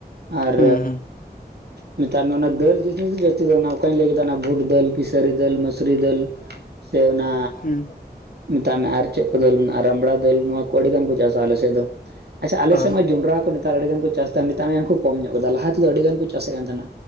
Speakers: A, on the right; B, on the left.
A: ᱟᱨ,
B: ᱦᱩᱸ ᱦᱩᱸ
A: ᱢᱮᱛᱟᱜ ᱢᱮ ᱚᱱᱟ ᱫᱟᱹᱞ ᱡᱤᱱᱤᱥ ᱜᱤ ᱡᱟᱹᱥᱛᱤ ᱫᱚ ᱚᱱᱟ ᱚᱠᱟᱧ ᱞᱟᱹᱭ ᱠᱮᱫᱟ ᱚᱱᱟ ᱵᱷᱩᱴ ᱫᱟᱹᱞ ᱠᱤ ᱥᱟᱹᱨᱤ ᱫᱟᱹᱞ ᱢᱟᱹᱥᱨᱤ ᱫᱟᱹᱞ ᱥᱮ ᱚᱱᱟ
B: ᱦᱩᱸ
A: ᱢᱮᱛᱟᱜ ᱢᱮ ᱟᱨ ᱪᱮᱫ ᱠᱚ ᱫᱟᱹᱞ ᱢᱮᱱᱟᱜ ᱨᱟᱢᱲᱟ ᱫᱟᱹᱞ ᱱᱚᱣᱟ ᱠᱚ ᱟᱹᱰᱤᱜᱟᱱ ᱠᱚ ᱪᱟᱥᱟ ᱟᱞᱮ ᱥᱮᱫ ᱫᱚ᱾ ᱟᱪᱪᱷᱟ ᱟᱞᱮᱥᱮᱫ
B: ᱦᱳᱭ
A: ᱢᱚᱭ ᱡᱚᱱᱰᱨᱟ ᱠᱚ ᱱᱮᱛᱟᱨ ᱟᱹᱰᱤᱜᱟᱱ ᱠᱚ ᱪᱟᱥᱫᱟ ᱢᱮᱛᱟᱜ ᱢᱮ ᱱᱮᱛᱟᱨ ᱠᱚ ᱠᱚᱢ ᱧᱚᱜ ᱠᱟᱫᱟ ᱞᱟᱦᱟ ᱛᱮᱫᱚ ᱟᱹᱰᱤ ᱜᱟᱱ ᱠᱚ ᱪᱟᱥᱮᱫ ᱠᱟᱱ ᱛᱟᱦᱮᱸᱱᱟ᱾